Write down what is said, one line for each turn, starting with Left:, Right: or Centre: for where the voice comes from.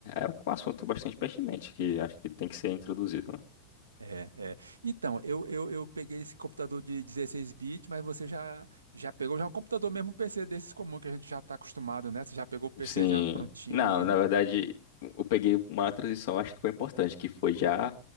Left: é um assunto bastante pertinente que acho que tem que ser introduzido, né?
Right: É, é. Então, eu, eu, eu peguei esse computador de 16 bits, mas você já, já pegou já é um computador mesmo, um PC desses comum que a gente já está acostumado, né? Você já pegou o PC
Left: Sim.
Right: já prontinho,
Left: Não, na
Right: né?
Left: verdade, eu peguei uma transição, acho que foi importante, que foi já